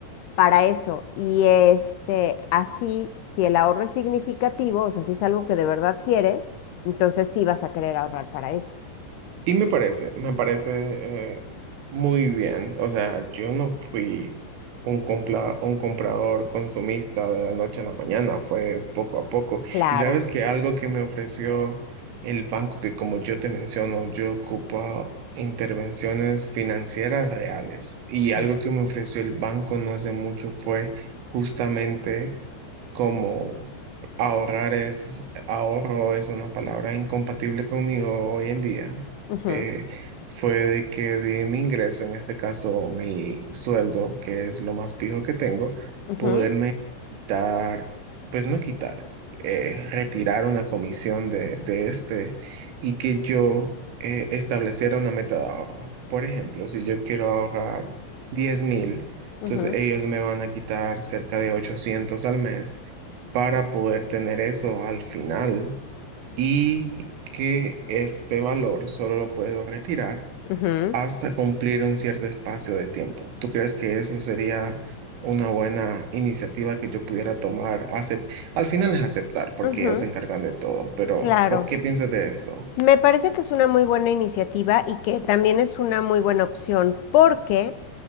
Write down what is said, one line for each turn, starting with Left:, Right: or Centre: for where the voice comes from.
Left: para eso. Y este, así, si el ahorro es significativo, o sea, si es algo que de verdad quieres, entonces sí vas a querer ahorrar para eso.
Right: Y me parece, me parece eh, muy bien. O sea, yo no fui un, compla- un comprador consumista de la noche a la mañana, fue poco a poco.
Left: Claro.
Right: Y sabes que algo que me ofreció el banco, que como yo te menciono, yo ocupo intervenciones financieras reales. Y algo
Left: Ujú,
Right: que me ofreció el banco no hace mucho fue justamente como ahorrar es, ahorro es una palabra incompatible conmigo hoy en día,
Left: ujú,
Right: eh, fue de que de mi ingreso, en este caso mi sueldo, que es lo más fijo que tengo,
Left: ujú,
Right: poderme quitar, pues no quitar, eh, retirar una comisión de, de este y que yo eh, estableciera una meta de ahorro. Por ejemplo, si yo quiero ahorrar diez mil, entonces
Left: ujú,
Right: ellos me van a quitar cerca de 800 al mes para poder tener eso al final y que este valor solo lo puedo retirar
Left: ujú.
Right: hasta cumplir un cierto espacio de tiempo. ¿Tú crees que eso sería una buena iniciativa que yo pudiera tomar? Acep- al final es aceptar porque
Left: ujú.
Right: ellos se encargan de todo, pero
Left: Claro.
Right: co- ¿qué piensas de eso?
Left: Me parece que es una muy buena iniciativa y que también es una muy buena opción porque